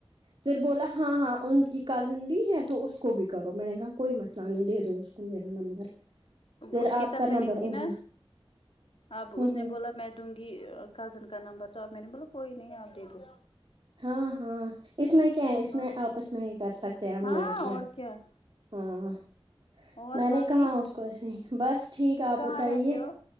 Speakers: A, on the right; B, on the left.
A: پھر بولا ہاں ہاں ان کی کزن بھی ہے تو اس کو بھی کرو میں نے کہا کوئی مسئلہ نہیں دے دو اس <unintelligible> پھر
B: اس کے
A: آپ
B: ساتھ
A: کا
B: میں نے
A: نمبر
B: کی
A: انہوں
B: نا
A: نے
B: اب
A: ہ
B: اس نے
A: ہ
B: بولا میں دوں گی کزن کا نمبر تو میں نے بولو کوئی نہیں آپ دے دوں
A: ہاں ہاں اس میں کیا ہے اس میں
B: اور
A: آپس میں ہی کر سکتے ہیں ہم
B: ہاں
A: لڑکیاں
B: اور کیا
A: ہاں ں
B: اور
A: میں
B: باقی
A: نے کہا اس کواسے ہی بس ٹھیک آپ
B: کہاں
A: بتائیے
B: رہتے ہو